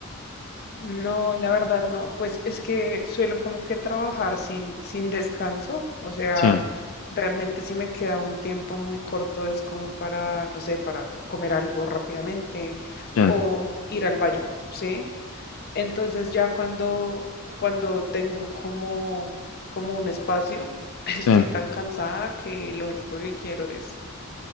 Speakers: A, on the left (about 50°); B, on the left (about 70°).
A: No, la verdad no, pues es que suelo como que trabajar sin, sin descanso, o sea,
B: Sí,
A: realmente si me queda un tiempo muy corto es como para, no sé, para comer algo rápidamente
B: sí,
A: o ir al baño, ¿sí? Entonces ya cuando, cuando tengo como, como un espacio, <laughs> estoy
B: sí.
A: tan cansada que lo único que quiero es,